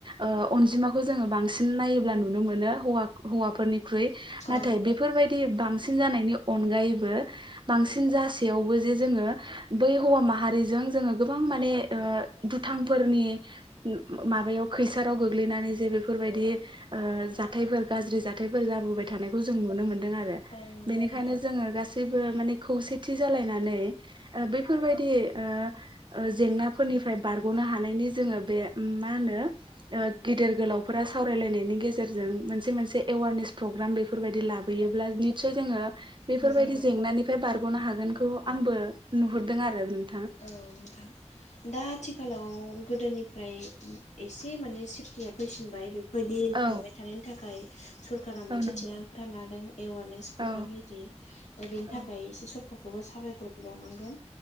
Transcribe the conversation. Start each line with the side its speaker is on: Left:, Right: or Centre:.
Right: ओ अनजिमाखौ जोङो बांसिन नायोब्ला नुनो मोनो हौवा-हौवाफोरनिख्रुइ नाथाय
Left: औ
Right: बे बेफोर बायदि बांसिन जानायनि अनगायैबो बांसिन जासेयावबो जे जोङो बै हौवा माहारिजों जोङो गोबां माने ओ दुथांफोरनि माबायाव खैसाराव गोग्लैनानै जे बेफोर बायदि ओ जाथायफोर गाज्रि जाथायफोर जाबोबाय थानायखौ जों नुनो मोनदों आरो
Left: औ नंगौ
Right: बेनिखायनो
Left: नोंथां
Right: जों ङो गासैबो माने खौसेथि जालायनानै ओ बैफोर बायदि ओ ओ जेंनाफोरनिफ्राय बारग'नो हानायनि जोङो बे उम मा होनो ओ गिदिर गोलावफोरा सावरायलायनायनि गेजेरजों मोनसे मोनसे एवारनेस प्रग्राम बेफोर बायदि लाबोयो ब्ल निस्सय जोङो बेफोर
Left: मोजां
Right: बायदि
Left: जागौ
Right: जेंनानि फाय बारग'नो हागोनखौ आंबो नुहरदों आरो नों
Left: औ नोथां दा आथि आथिखालाव गोदोनिफ्राय एसे माने सेफटिया फैसिनबाय बे बायदि
Right: औ
Left: नुबाय थानायनि थाखाय सरकारा मोनसे
Right: औ नंगौ
Left: थिरांथा लादों एवारनेस प्रग्राम
Right: औ
Left: इदि दा बेनि
Right: औ
Left: थाखाय एसे सरक खौबो साबायखर बावनांगोन